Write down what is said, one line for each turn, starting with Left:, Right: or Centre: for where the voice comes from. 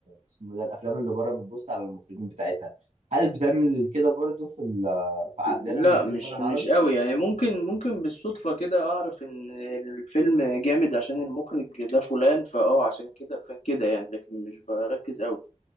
Right: اسمه ده الافلام اللي بره بتبص على المخرجين بتاعتها هل بتعمل كده برضو في ال... في عندنا
Left: لا
Right: لما بتيجي
Left: مش
Right: تتفرج على العربي
Left: مش قوي يعني ممكن ممكن بالصدفة كده أعرف إن الفيلم جامد عشان المخرج ده فلان فأه عشان كده فكده يعني لكن مش بركز قوي